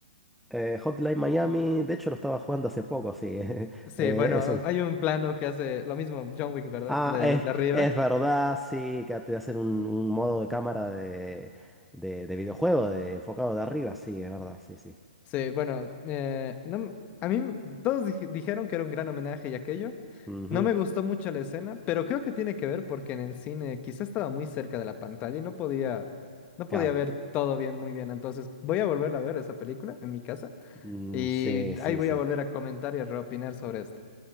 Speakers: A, in the centre; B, on the left.
A: Eh, Hotline Miami, de hecho lo estaba jugando hace poco, sí. <laughs>
B: Sí,
A: Eh,
B: bueno,
A: eso.
B: hay un plano que hace lo mismo John Wick, ¿verdad?
A: Ah,
B: Le-
A: es,
B: Desde arriba.
A: es verdad, sí, que te hacen un, un modo de cámara de, de, de videojuego, de, enfocado de arriba, sí, es verdad, sí, sí.
B: Sí, bueno, eh, no, m- a mí todos dij- dijeron que era un gran homenaje y aquello.
A: Ujú,
B: No me gustó mucho la escena, pero creo que tiene que ver porque en el cine quizá estaba muy cerca de la pantalla y no podía, no
A: Claro.
B: podía ver todo bien, muy bien. Entonces voy a volverla a ver esa película en mi casa
A: Mm,
B: y
A: sí, sí,
B: ahí voy
A: sí.
B: a volver a comentar y a reopinar sobre esto.